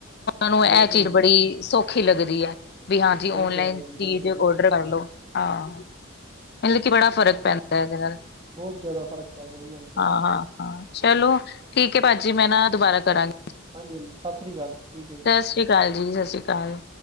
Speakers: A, on the left; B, on the right.
A: ਤੁੂੰ ਇਹ
B: ਬਿਲਕੁਲ
A: ਚੀਜ਼
B: ਜੀ
A: ਬੜੀ ਸੌਖੀ ਲੱਗਦੀ ਹੈ ਵੀ ਹਾਂਜੀ
B: ਸਹੀ
A: ਓਨਲਾਈਨ
B: ਕਹਿ ਰਹੇ ਹੋ
A: ਚੀਜ਼
B: ਜੀ ਬਿਲਕੁਲ ਤੁਸੀਂ
A: ਓਡਰ ਕਰ ਲੋ ਆਹ ਮਤਲਬ ਕਿ ਬੜਾ ਫ਼ਰਕ ਪੈਂਦਾ ਇਹਦੇ ਨਾਲ
B: ਬਹੁਤ ਜਿਆਦਾ ਫ਼ਰਕ ਪੈ ਗਿਆ ਉਹ ਘੰ ਤੇ
A: ਹਾਂ
B: ਉਹ
A: ਹਾਂ ਹਾਂ ਚਲੋ ਠੀਕ ਹੈ ਭਾਜੀ ਮੈਂ ਨਾ ਦੁਬਾਰਾ ਕਰਾਂਗੀ
B: ਹਾਂਜੀਾਂਜੀ ਸਤਿ੍ਰ ਅਕਾਲ ਜ ਠੀਕ ਹੈ ਜੀ
A: ਸਤਿ੍ਰੀ ਅਾਲੀ ਸਤਿ ਸ਼੍ਰੀ ਅਕਾਲ